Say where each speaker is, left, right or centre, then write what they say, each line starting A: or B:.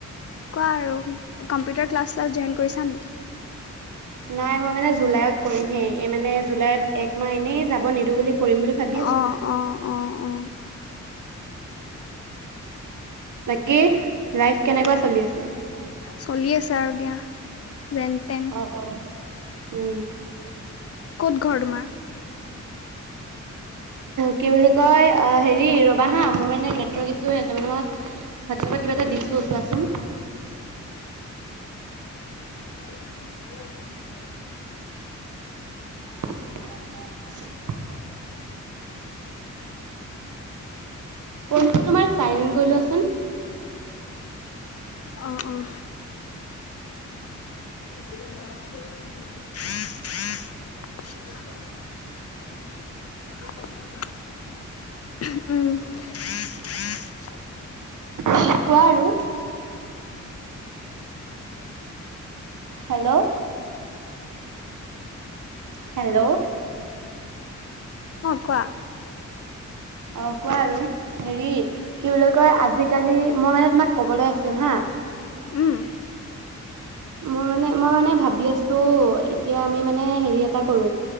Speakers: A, on the left (about 50°); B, on the right (about 80°).
A: কোৱা আৰু কম্পিউটাৰ ক্লাছ চাচ জইন কৰিছা নেকি?
B: নাই মই মানে জুলাইত কৰিমহে এই মানে জুলাইত একমাহ এনেই যাব নিদো বুলি কৰিম বুলি ভাবি আছো।
A: অ অ অ অ
B: বাকী লাইফ কেনেকুৱা চলি আছে?
A: চলি আছে আৰু দিয়া। যেন তেন
B: অ', অ'। উম
A: কত ঘৰ তোমাৰ
B: কি বুলি কয় অ' হেৰি ৰবা হা মোৰ মানে নেটৰ্ক ইচু হৈ আছে মানে তোমাৰ কিবা এটা দিছছো চোৱাচোন। <inaudible>
A: <inaudible>
B: <inaudible> ফনটো তোমাৰ চাইলেন্ট কৈ লোৱাচোন।
A: অহ অ'। উ
B: কোৱা আৰু হেল্লো' হেল্লো'।
A: অ' কোৱা
B: অ' কোৱা আৰু। হেৰি কি বুলি কয় আজি আজ কালি মই মানে তোমাক ক'বলৈ আছিল হা
A: উম।
B: মই মানে মই মানে ভাবি আছোঁ এতিয়া আমি মানে হেৰি এটা কৰো